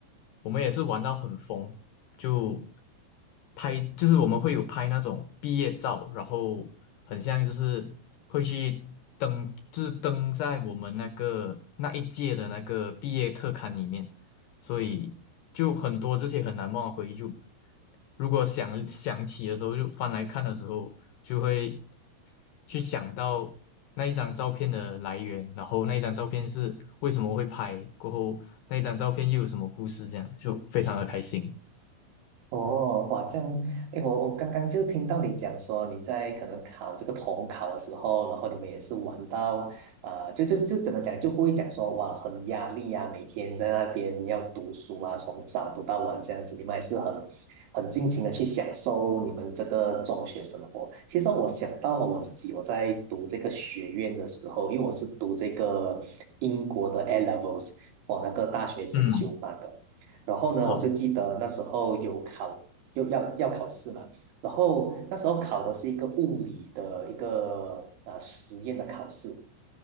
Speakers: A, on the left; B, on the right.
A: 我们也是玩到很疯，就拍，就是我们会有拍那种毕业照，然后很像就是会去登，就是登在我们那个那一届的那个毕业特刊里面，所以就很多这些很难忘的回忆就，如果想想起的时候，就翻来看的时候，就会去想到那一张照片的来源，然后那一张照片是为什么会拍，过后那一张照片又有什么故事，这样就非常的开心。
B: 哦，哇，这样，哎，我我刚刚就听到你讲说你在可能考这个统考的时候，然后你们也是玩到，呃，就就就怎么讲，就不会讲说哇很压力啊，每天在那边要读书啊，从早读到晚这样子，你们也是很很尽情的去享受你们这个中学生活。其实我想到了我自己，我在读这个学院的时候，因为我是读这个英国的 A levels for 那个大学先修班的。
A: 嗯。
B: 然后呢，
A: 好，
B: 我就记得那时候有考，又要要考试嘛，然后那时候考的是一个物理的一个呃实验的考试，